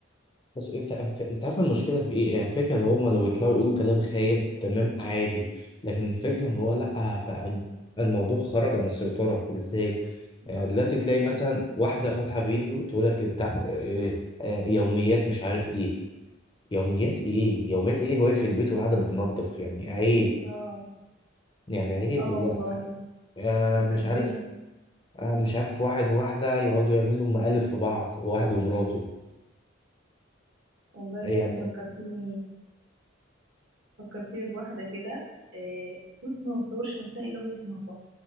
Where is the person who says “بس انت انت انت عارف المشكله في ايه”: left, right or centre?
Left